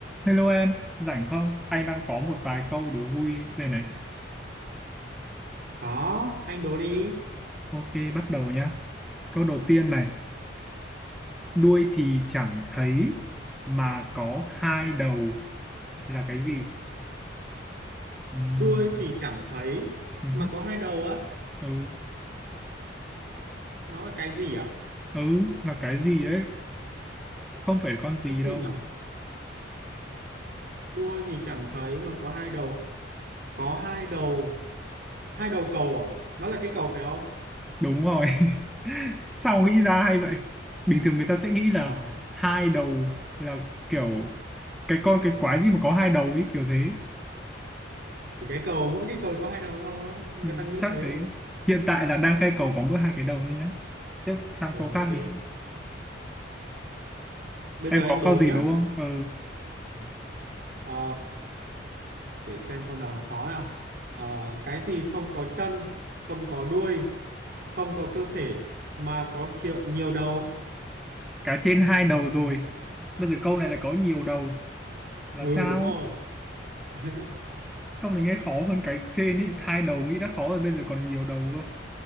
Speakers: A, in the centre; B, on the right.
A: Hello em, rảnh không? Anh đang có một vài câu đố vui đây này.
B: Có, anh đố đi.
A: Ok, bắt đầu nhá. Câu đầu tiên này, đuôi thì chẳng thấy mà có hai đầu là cái gì? Ừm,
B: Đuôi thì chẳng thấy
A: ừ,
B: mà có hai đầu á.
A: ừ,
B: Nó là cái gì à?
A: ừ, là cái gì đấy? Không phải con gì
B: Cái gì
A: đâu.
B: nhỉ? Đuôi thì chẳng thấy mà có hai đầu. Có hai đầu. Hai đầu cầu à? Nó là cái cầu phải không?
A: Đúng rồi. <laughs> Sao nghĩ ra hay vậy? Bình thường người ta sẽ nghĩ là
B: Ờ.
A: hai đầu là kiểu cái con cái quái gì mà có hai đầu ấy kiểu thế.
B: Thì cái cầu, mỗi cái cầu có hai đầu thôi. Người
A: Ừ,
B: ta nghĩ
A: chắc
B: thế.
A: thế hiện tại là đang cây cầu có mỗi hai cái đầu thôi nhá tiếp sang
B: Ừ,
A: câu
B: ok.
A: khác đi
B: Bây
A: em
B: giờ em
A: có
B: đố
A: câu gì
B: nhá.
A: đúng không ừ
B: Ừ. Ờ, để xem câu nào khó nào. Ờ, cái gì không có chân, không có đuôi, không có cơ thể mà có triệu nhiều đầu?
A: cá trên hai đầu rồi bây giờ câu này lại có nhiều đầu là
B: Ừ,
A: sao
B: đúng rồi. <laughs>
A: câu này nghe khó hơn cái trên ý hai đầu nghĩ đã khó rồi bây giờ còn nhiều đầu cơ